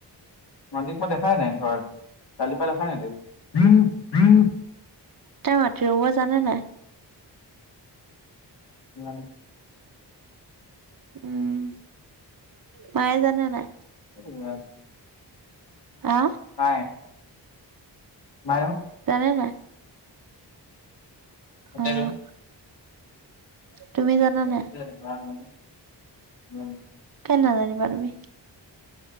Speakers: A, on the left; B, on the right.
A: নজিক মই দেখাই নাই ঘৰত, কালি পৰা দেখাই নাই দেখোন
B: তাই মাটি ৰুব জানে নাই?
A: ন <unintelligible>
B: উম মায়ে জানে নাই।
A: উ <unintelligible>
B: অ',।
A: কাই। মাই
B: জানে নাই? অ',
A: <unintelligible>
B: তুমি জানা
A: উ
B: নাই?
A: <unintelligible>
B: কেলে নাজানিবা তুমি।